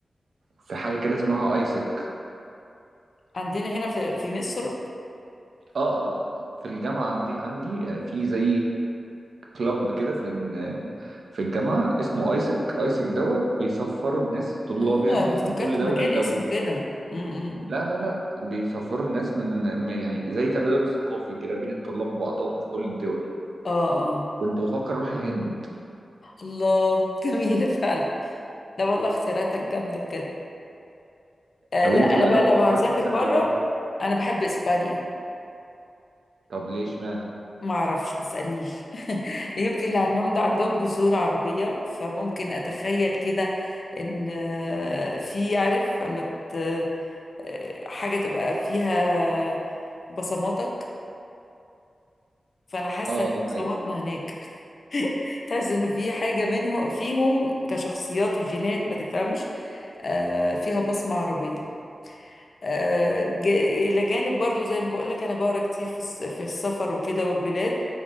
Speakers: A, on the right; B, on the left.
A: في حاجة كده اسمها ايسك
B: عندنا هنا في في مصر <laughs>
A: اه آه، آه، في الجامعة عندي عندي في زي كلاب كده في في الجامعة اسمه ايسك ايسك دوت بيسفروا الناس طلاب
B: اه انا
A: يعني
B: افتكرت
A: من كل دولة
B: مكان
A: لدولة
B: اسمه كده م- م- م.
A: لا لا لا بيسفروا الناس من من- يعني زي تبادل ثقافي كده بين الطلاب وبعضهم في كل الدول
B: اه اه
A: كنت بفكر اروح الهند
B: الله <laughs> جميله فعلا لا والله اختياراتك جامده بجد آه
A: طب
B: لا
A: انتي
B: انا
A: بقى
B: بقى
A: لو فكرتي
B: لو هسافر
A: تسافري
B: بره
A: بره
B: انا بحب اسبانيا
A: طب ليش معنى
B: ما اعرفش ما تسالنيش <laughs> يمكن اللي عندهم ده عندهم جسور عربية فممكن اتخيل كده ان آه، في عارف فما ت- آه، حاجة تبقى فيها بصماتك فانا حاسة
A: اه
B: ان
A: دي حقيقة
B: بصماتنا هناك <laughs> تحس ان في حاجة منهم فيهم كشخصيات وجينات ما تفهمش آه، فيها بصمة عربية آه، جا- إلى جانب برضو زي ما بقولك أنا بقرا كتير في الس- في السفر وكده والبلاد